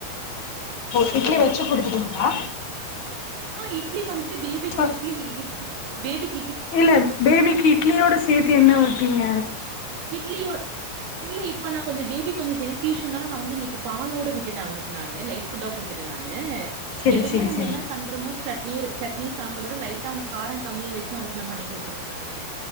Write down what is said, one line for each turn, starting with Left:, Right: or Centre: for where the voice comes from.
Left: ஓ இட்லி வச்சு குடுத்துட்டீங்களா
Right: ஆஹ் இட்லி வந்துட்டு பேபிக்கு
Left: அ
Right: இட்லி இட் பேபிக்
Left: இல்ல பேபிக்கு இட்லியோட சேத்து என்ன ஊ ட்றிங்க
Right: இட்லியோ இல்ல இப்ப நா கொஞ்ச பேபி கொஞ்ச ஹெல்த் டியூஷன் நான் வந்து இன்னைக்கு பாலோட விட்டுட்டேன் நானு அவனுக்கு நான் லைட்ஃபுட்டா கொடுத்துட்டேன் நான்
Left: சரி
Right: எப்பயுமே
Left: சரி
Right: நம்ம
Left: சரி
Right: என்ன பண்றோமோ சட்னி சட்னி சாம்பாரோட லைட்டா அவனுக்கு காரம் கம்மியா யா வச்சு அவனுக்கு நான் பண்ணிகொடுத்துருவேன் நானு